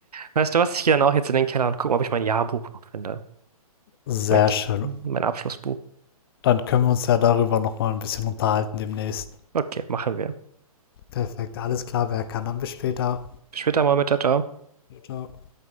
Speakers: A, on the right (about 90°); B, on the left (about 40°).
A: Weißt du was? Ich gehe dann auch jetzt in den Keller und gucke, ob ich mein Jahrbuch noch finde.
B: Sehr
A: Mein,
B: schön.
A: mein Abschlussbuch.
B: Dann können wir uns ja darüber nochmal ein bisschen unterhalten demnächst.
A: Okay, machen wir.
B: Perfekt, alles klar, wer kann, dann bis später.
A: Bis später mal mit, ciao. ciao.
B: Ciao, ciao.